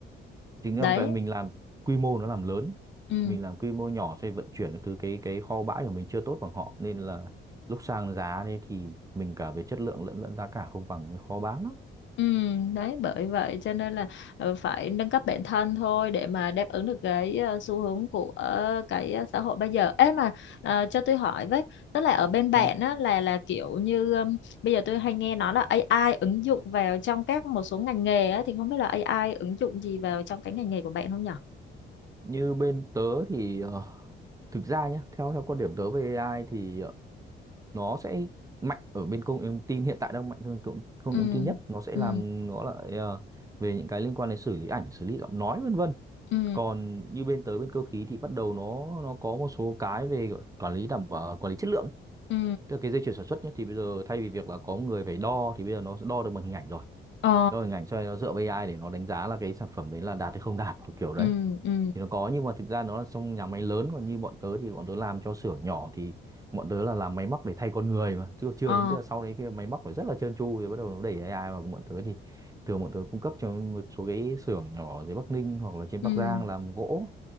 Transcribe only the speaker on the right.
chính
là vậy mình làm quy mô nó làm lớn ý.
mình làm quy mô nhỏ xoay vận chuyển các thứ cái cái kho bãi của mình chưa tốt bằng họ nên là lúc sang giá đấy thì mình cả về chất lượng lẫn lẫn giá cả không bằng nên khó bán lắm
Đó.
như bên tớ thì ờ, thực ra nhá theo theo quan điểm tớ về AI thì ờ, nó sẽ mạnh ở bên công nghệ thông tin hiện tại đang mạnh hơn công, công
nghệ thông tin nhất nó sẽ
làm nó lại ờ, về những cái liên quan đến xử lý ảnh xử lý giọng nói vân vân
còn như bên tới bên cơ khí thì bắt đầu nó nó có một số cái về gọi- quản lý đảm bảo quản lý chất lượng
tức là cái dây chuyền sản xuất nhé thì bây giờ thay vì việc là có người phải đo thì bây giờ nó sẽ đo được bằng hình ảnh rồi
đo hình ảnh cho nó dựa vào AI để nó đánh giá là cái sản phẩm đấy là đạt hay không đạt kiểu kiểu
đấy
thì nó có nhưng mà thực ra nó là trong nhà máy lớn còn như bọn tớ thì bọn tớ làm cho xưởng nhỏ thì bọn tớ là làm máy móc để thay con người mà chưa chưa
đến tức là sau đấy khi mà máy móc phải rất là trơn tru rồi bắt đầu nó đẩy AI vào bọn tớ thì thường bọn tớ cung cấp cho một số cái xưởng nhỏ ở dưới Bắc Ninh hoặc là trên
Bắc Giang làm gỗ